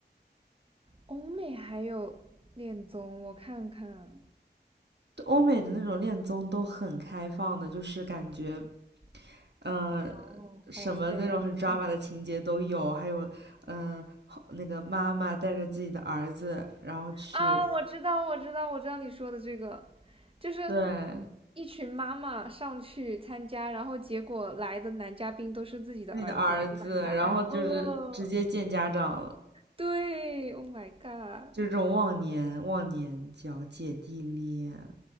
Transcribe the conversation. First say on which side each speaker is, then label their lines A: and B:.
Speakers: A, on the right; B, on the right.
A: 欧美还有恋综，我看看。
B: 对欧美的那种恋综都很开放的，就是感觉，呃，
A: 哇哦，
B: 什么那种很抓马的情节都有，
A: 好 sex
B: 还有，嗯、呃那个妈妈带着自己的儿子，然后去
A: 啊！我知道，我知道，我知道你说的这个，就是
B: 对
A: 一群妈妈上去参加，然后结果来的男嘉宾都是自己的儿子。
B: 自己的儿子，
A: Oh my
B: 然后就是直接见家长了。
A: god！呃，对，Oh my god！
B: 就是这种忘年忘年交、姐弟恋，